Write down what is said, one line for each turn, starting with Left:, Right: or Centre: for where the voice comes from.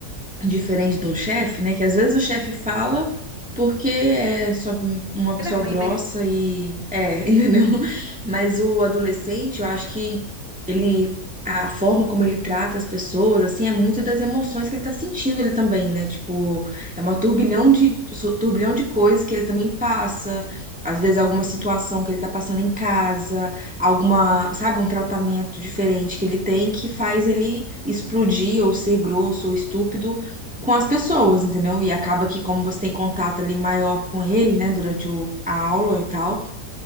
Centre: diferente de um chefe, né? Que às vezes o chefe fala porque é só um, uma
Left: Ele
Centre: pessoa
Left: é ruim
Centre: grossa
Left: mesmo.
Centre: e é, <laughs> entendeu? Mas o adolescente, eu acho que ele a forma como ele trata as pessoas, assim, é muito das emoções que ele tá sentindo ele também, né? Tipo, é uma turbilhão de su- turbilhão de coisas que ele também passa. Às vezes alguma situação que ele tá passando em casa, alguma, sabe, um tratamento diferente que ele tem que faz ele explodir ou ser grosso ou estúpido com as pessoas, entendeu? E acaba que, como você tem contato ali maior com ele, né, durante o- a aula e tal,